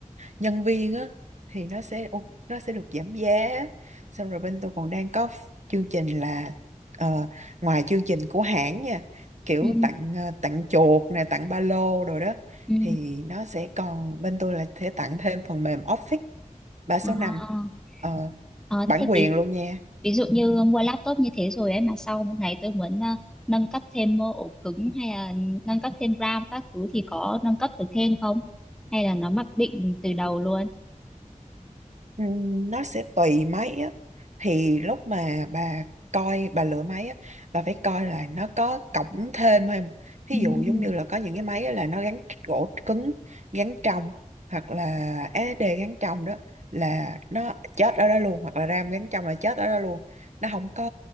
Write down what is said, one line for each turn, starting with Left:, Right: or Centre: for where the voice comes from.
Right: nhân viên á thì nó sẽ ô- nó sẽ được giảm giá xong rồi bên tôi còn đang có f- chương trình là ờ, ngoài chương trình của hãng nha kiểu
Centre: Ừ,
Right: tặng ờ, tặng chuột nè tặng ba lô rồi đó
Centre: ừ.
Right: thì nó sẽ còn bên tôi là sẽ tặng thêm phần mềm Office 365
Centre: À.
Right: uh,
Centre: Ờ,
Right: bản
Centre: thế
Right: quyền
Centre: ví,
Right: luôn nha
Centre: ví dụ như mua laptop như thế rồi ấy mà sau bên này tôi muốn ờ, nâng cấp thêm ờ, ổ cứng hay là nâng cấp thêm RAM các thứ thì có nâng cấp được thêm không? Hay là nó mặc định từ đầu luôn?
Right: Ừm, nó sẽ tùy máy á thì lúc mà bà coi bà lựa máy á bà phải coi là nó có cổng thêm không thí
Centre: Ừ,
Right: dụ giống như là có những cái máy á là nó gắn gỗ cứng gắn trong hoặc là SD gắn trong đó là nó chết ở đó luôn hoặc là RAM gắn trong là chết ở đó luôn nó không có